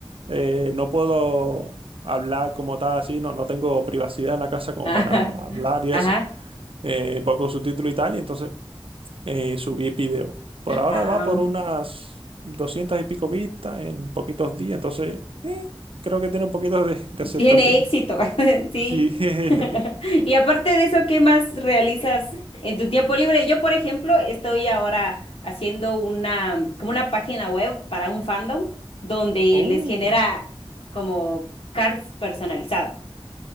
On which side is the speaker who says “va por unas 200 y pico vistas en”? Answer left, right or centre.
Right